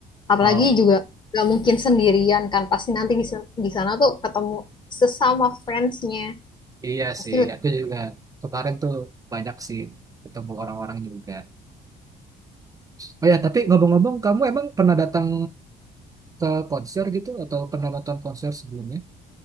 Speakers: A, on the left; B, on the right.
A: apalagi
B: Oh
A: juga gak mungkin sendirian kan pasti nanti di, di sana tuh ketemu sesama fansnya
B: iya
A: pasti
B: sih, aku juga kemarin tuh banyak sih ketemu orang-orang juga. Oh ya, tapi ngomong-ngomong, kamu emang pernah datang ke konser gitu atau pernah nonton konser sebelumnya?